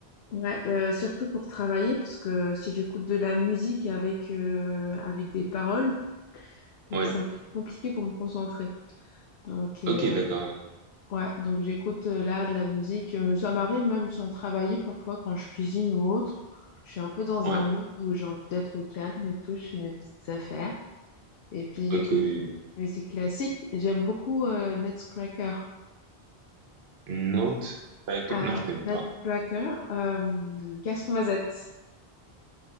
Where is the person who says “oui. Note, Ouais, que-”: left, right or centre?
Right